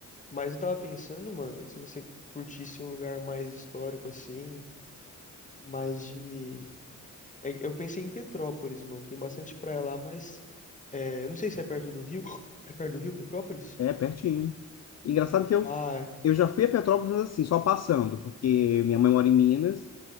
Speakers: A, on the left (about 25°); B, on the left (about 55°).
A: mas eu tava pensando, mano, se você curtisse um lugar mais histórico assim, mais de. é, Eu pensei em Petrópolis, mano. Tem bastante praia lá, mas. é, eu não sei se é perto do Rio. É perto do Rio, Petrópolis?
B: é. É, pertinho. Engraçado que eu,
A: Ah, é.
B: eu já fui a Petrópolis, mas assim, só passando, porque minha mãe mora em Minas.